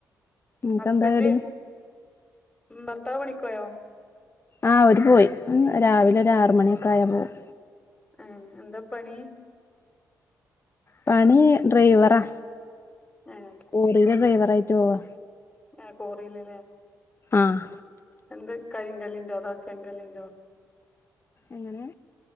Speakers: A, on the left; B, on the left.
A: നിനക്കെന്താ
B: ഹസ്ബൻ്റ്
A: കടി
B: ഭർത്താവ് പണിക്കോയോ
A: ആഹ് ഓരു പോയി രാവിലെ ഒരു ആറ് മണിയൊക്കെ ആയാ പോകും
B: ആഹ് എന്താ പണി
A: പണി ഡ്രൈവറാ
B: ആഹ്
A: കോറിയിലെ ഡ്രൈവറായിട്ട് പോവാ
B: ഏഹ് കോറിലല്ലേ
A: ആഹ്
B: എന്ത് കരിങ്കല്ലിൻ്റോ അതോ ചെങ്കല്ലിൻ്റോ
A: എങ്ങനെ